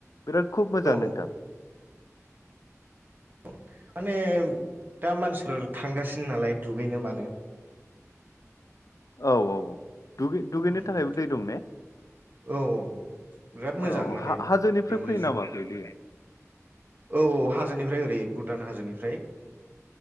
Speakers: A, on the left; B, on the right.
A: बिराद खुब मोजां
B: औ
A: नोंथां।
B: अ माने दा मानसिफोर थांगासिनो नालाय दुगैनो मानो
A: औ औ
B: उम
A: दुगै दुगैनो थाखायबो दै दं ने
B: औ बिराद मोजां
A: औ
B: माने
A: हा-हाजोनिफ्राय
B: बेयावनो
A: फैयो नामा बे दैया?
B: औ औ हाजोनिफ्राय ओरै बुटान हाजोनिफ्राय